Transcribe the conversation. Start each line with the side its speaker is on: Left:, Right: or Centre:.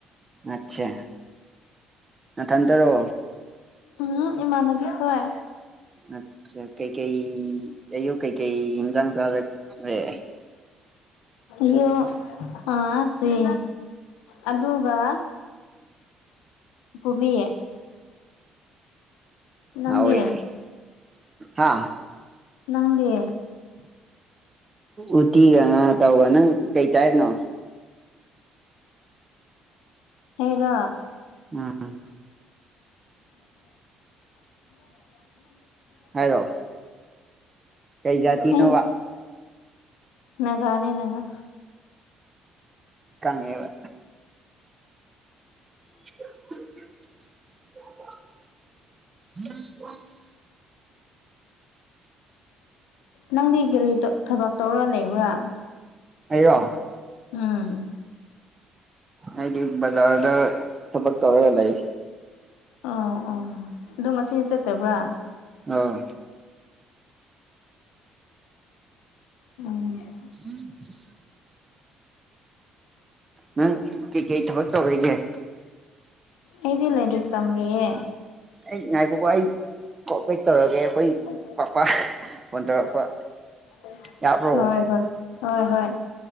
Right: ꯅꯠꯁꯦ ꯅꯊꯟꯇꯔꯣ
Left: ꯎꯝ ꯏꯃꯥꯟꯅꯕꯤ ꯈꯣꯏ
Right: ꯑꯆꯥ ꯀꯩꯀꯩ ꯑꯌꯨꯛ ꯀꯩꯀꯩ ꯏꯟꯖꯥꯡ ꯆꯥꯔꯛꯔꯦ
Left: ꯍꯣ ꯑ ꯁꯤ ꯑꯂꯨꯒ ꯀꯣꯕꯤ ꯅꯪꯗꯤ
Right: ꯍꯥꯎꯋꯦꯅꯦ ꯍꯥ
Left: ꯅꯪꯗꯤ
Right: ꯎꯇꯤꯒ ꯉꯥ ꯑꯇꯥꯎꯕ ꯅꯪ ꯀꯩ ꯆꯥꯏꯅꯣ
Left: ꯑꯩꯔꯣ
Right: ꯎꯝ
Left: <inaudible> <inaudible>
Right: ꯍꯥꯏꯔꯣ ꯀꯩ ꯖꯥꯇꯤꯅꯣꯕ
Left: ꯑꯩ ꯅꯒꯥꯅꯦ ꯅꯒꯥ
Right: ꯀꯪꯉꯦꯕ <unintelligible>
Left: ꯅꯪꯗꯤ ꯀꯔꯤ ꯊꯕꯛ ꯇꯧꯔ ꯂꯩꯕ꯭ꯔꯥ
Right: ꯑꯩꯔꯣ
Left: ꯎꯝ
Right: ꯑꯩꯗꯤ ꯕꯖꯥꯔꯗ ꯊꯕꯛ ꯇꯧꯔꯒ ꯂꯩꯌꯦ
Left: ꯑꯣ ꯑꯣ ꯑꯗꯨ ꯉꯁꯤ ꯆꯠꯇꯕ꯭ꯔꯥ
Right: ꯑꯥ
Left: ꯎꯝ
Right: <inaudible> ꯅꯪ ꯀꯩ ꯀꯩ ꯊꯕꯛ ꯇꯧꯔꯤꯒꯦ
Left: ꯑꯩꯗꯤ ꯂꯩꯔꯤꯛ ꯇꯝꯔꯤꯌꯦ
Right: ꯑꯩ ꯉꯥꯏꯈꯣꯀꯣ ꯑꯩ ꯀꯣꯜ ꯕꯦꯛ ꯇꯧꯔꯒꯦ ꯑꯩꯈꯣꯏ
Left: <unintelligible>
Right: ꯄꯥꯄꯥ ꯐꯣꯟ ꯇꯧꯔꯛꯄ ꯌꯥꯕ꯭ꯔꯣ
Left: ꯍꯣꯏ ꯍꯣꯏ ꯍꯣꯏ ꯍꯣꯏ